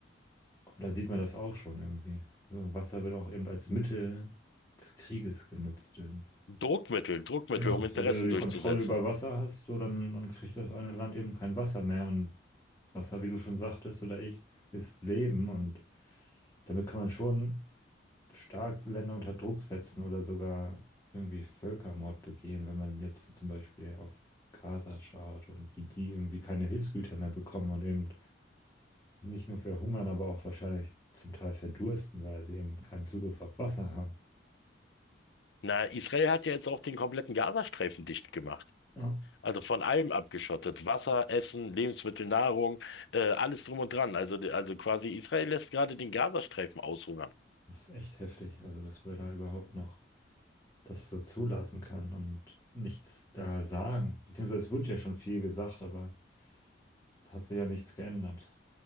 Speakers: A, on the left; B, on the left.
A: Und da sieht man das auch schon irgendwie. So, Wasser wird auch eben als Mittel des Krieges genutzt irgendwie.
B: Druckmittel, Druckmittel,
A: Genau,
B: um
A: so
B: Interessen
A: wenn du die
B: durchzusetzen.
A: Kontrolle über Wasser hast, so dann, dann kriegt das eine Land eben kein Wasser mehr. Und Wasser, wie du schon sagtest, oder ich, ist Leben. Und damit kann man schon stark Länder unter Druck setzen oder sogar irgendwie Völkermord begehen, wenn man jetzt zum Beispiel auf Gaza schaut und wie die irgendwie keine Hilfsgüter mehr bekommen und eben nicht nur verhungern, aber auch wahrscheinlich zum Teil verdursten, weil sie eben keinen Zugriff auf Wasser haben.
B: Na, Israel hat ja jetzt auch den kompletten Gazastreifen dicht gemacht.
A: Ja.
B: Also von allem abgeschottet. Wasser, Essen, Lebensmittel, Nahrung, äh, alles drum und dran. Also, also quasi Israel lässt gerade den Gazastreifen aushungern.
A: Das ist echt heftig, also dass wir da überhaupt noch das so zulassen können und nichts da sagen. Beziehungsweise es wird ja schon viel gesagt, aber es hat sich ja nichts geändert.